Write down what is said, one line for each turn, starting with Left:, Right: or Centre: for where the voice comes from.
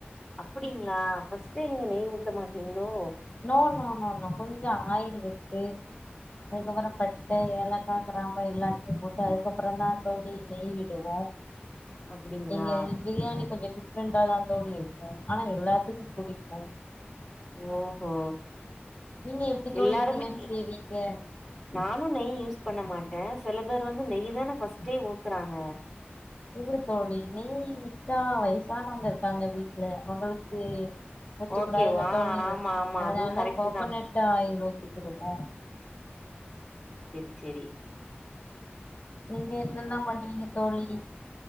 Centre: அப்டீங்ளா பஸ்டே நீங்க நெய் ஊத்த மாட்டீங்ளோ
Left: நோ நோ நோ நோ கொஞ்ச ஆயில் விட்டு அதுக்கப்றோ பட்ட ஏலக்கா கிராம்பு எல்லாத்தையு போட்டு அதுக்கப்றோ தா தோழி நெய் விடுவோ
Centre: அப்டிங்களா
Left: எங்க பிரியாணி கொஞ்ச ரெண்டா தா தோழி இருக்கு ஆனா எல்லாத்துக்கு புடிக்கும்
Centre: ஓ ஓ
Left: நீங்க எப்டி தோழி
Centre: எல்லாருமே
Left: பிரியாணி செய்வீங்க
Centre: நானு நெய் யூஸ் பண்ண மாட்டே செல பேர் வந்து நெய் தானே ஃபஸ்ட்டே ஊத்துறாங்க
Left: இதுல தோழி நெய் விட்டா வய சானவங்க இருக்காங்க வீட் ல உங்களுக்கு ஊத்தக்கூடாதுல்ல
Centre: ஓகேவா
Left: தோழி
Centre: ஆமா ஆமா
Left: அதனால
Centre: அதுவு கரெக்ட்
Left: கோக்கோனட்
Centre: தா
Left: ஆயில் ஊத்திக்கிடுவோ.
Centre: செரி
Left: நீங்க என்னெல்லா பண்ணுவீங்க தோழி?